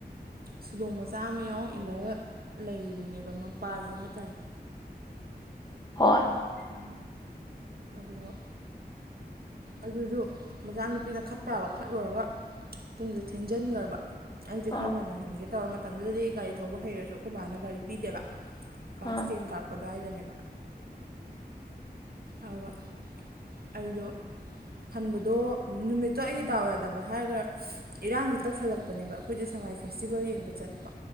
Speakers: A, on the right; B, on the left.
A: ꯁꯤꯂꯣꯡ ꯃꯆꯥ ꯑꯃ ꯌꯥꯎ ꯏꯜꯂꯒ ꯂꯩꯔꯤꯅꯦꯕ ꯃꯄꯥꯁꯦ ꯍꯥꯏꯇꯥꯔꯦ
B: ꯍꯣꯏ
A: ꯎꯝ ꯎꯝ ꯑꯗꯨꯒ ꯑꯗꯨꯗꯨ ꯃꯆꯥꯅꯨꯄꯤꯅ ꯈꯠꯄꯥ ꯌꯕꯥ ꯈꯠꯂꯨꯔꯒ ꯄꯨꯡꯁꯦ ꯊꯦꯡꯖꯤꯟꯈ꯭ꯔꯕ ꯑꯩꯁꯦ
B: ꯑꯥ
A: ꯈꯔ ꯉꯟꯅ ꯍꯟꯒꯦ ꯇꯧꯔ ꯃꯇꯝꯗꯨꯗꯗꯤ ꯒꯥꯔꯤ ꯊꯧꯕ ꯍꯩꯔꯁꯨ ꯑꯩꯈꯣꯏꯕꯥꯅ ꯒꯥꯔꯤ ꯄꯤꯗꯦꯕ ꯀ꯭ꯂꯥꯁ
B: ꯑꯥ
A: ꯇꯦꯟ ꯀꯥꯕ ꯀꯥꯔꯛꯄ ꯑꯗꯨꯋꯥꯏꯗꯅꯦꯕ ꯑꯗꯨꯒ ꯑꯩꯗꯣ
B: <inaudible>
A: ꯍꯟꯕꯗꯣ ꯅꯨꯃꯤꯠꯇꯣ ꯑꯩꯒꯤ ꯗꯥꯎ ꯌꯥꯗꯕ ꯍꯥꯏꯔꯒ ꯏꯔꯥꯡꯁꯤ ꯇꯧꯁꯜꯂꯛꯄꯅꯦꯕ ꯑꯩꯈꯣꯏꯁꯦ ꯁꯉꯥꯏ ꯐꯦꯁꯇꯤꯕꯦꯜ ꯌꯦꯡꯕ ꯆꯠꯄ